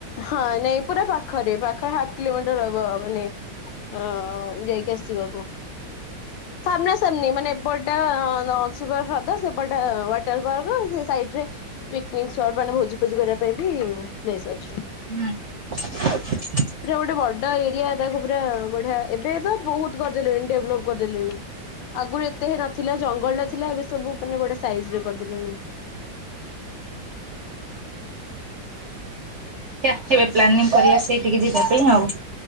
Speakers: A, on the left; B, on the right.
A: ହଁ ନାଇଁ ପୁରା ପାଖରେ ପାଖ ହାଫ କିଲୋମିଟର ହବ ମାନେ ଅ ଯାଇକି ଆସିବାକୁ। ସାମ୍ନା ସାମ୍ନି ମାନେ ଏପଟଟା ଅ-ଅଂଶୁପା ହ୍ରଦ ସେପଟଟା ୱାଟର ପାର୍କ ସେ ସାଇଟ୍ ରେ ପିକନିକ୍ ସ୍ପଟ୍ ମାନେ ଭୋଜି ଫୋଜି କରିବା ପାଇଁ ବି ପ୍ଲେସ ଅଛି।
B: ହୁଁ
A: ପୁରା ଗୋଟେ ବଡ ଏରିଆ ତାକୁ ପୁରା ବଢିଆ ଏବେ ତ ବହୁତ କରିଦେଲେଣି ଡେଭଲପ କରିଦେଲେଣି। ଆଗରୁ ଏତେ ନଥିଲା ଜଙ୍ଗଲ ଟା ଥିଲା ଏବେ ସବୁ ମାନେ ବଡେ ସାଇଜ ରେ କରିଦେଲେଣି। <inaudible>
B: ଟିକେ ଆସିବେ ପ୍ଲାନିଂ କରିବା ସେଇଠିକି ଯିବା ପାଇଁ ଆଉ